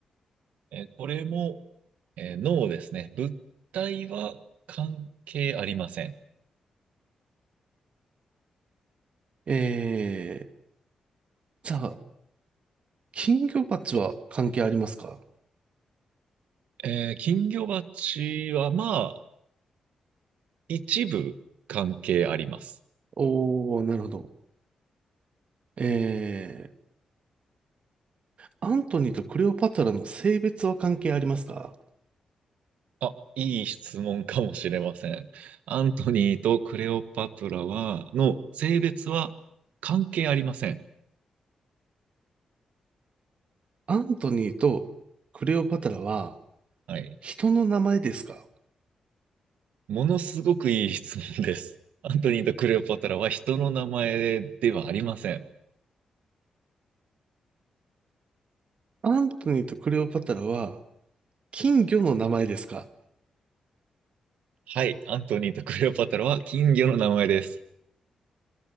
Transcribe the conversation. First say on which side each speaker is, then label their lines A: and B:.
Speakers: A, on the right; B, on the right.
A: えーこれも、えーノーですね。物体は関係ありません。
B: えー、じゃあ、金魚鉢は関係ありますか
A: えー金魚鉢はまあ、一部関係あります。
B: おー、なるほど。えーアントニーとクレオパトラの性別は関係ありますか
A: あ、いい質問かもしれません。アントニーとクレオパトラは、の性別は関係ありません。
B: アントニーとクレオパトラは
A: はい。
B: 人の名前ですか
A: ものすごくいい質問です。<laughs> アントニーとクレオパトラは人の名前ではありません。
B: アントニーとクレオパトラは金魚の名前ですか
A: はい、アントニーとクレオパトラは金魚の名前です。